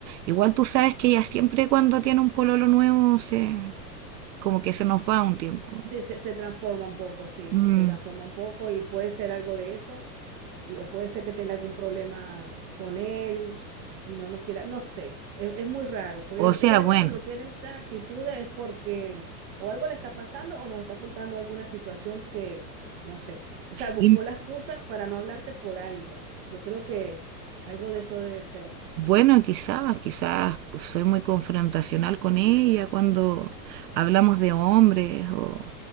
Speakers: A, on the right; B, on the right.
A: Igual tú sabes que ella siempre cuando tiene un pololo nuevo se como que se nos va un tiempo.
B: Sí, se, se transforma un poco, sí,
A: Mm,
B: se transforma un poco y puede ser algo de eso, y, o puede ser que tenga algún problema con él y no nos quiera, no sé, es, es muy raro, porque
A: O
B: es-
A: sea,
B: ella a veces
A: bueno,
B: cuando tiene esa actitud es porque o algo le está pasando o nos está ocultando alguna situación que, no sé, o sea, buscó
A: y
B: la excusa para no hablarte por algo. Yo creo que algo de eso debe ser,
A: bueno, quizás, quizás soy muy confrontacional con ella cuando hablamos de hombres o,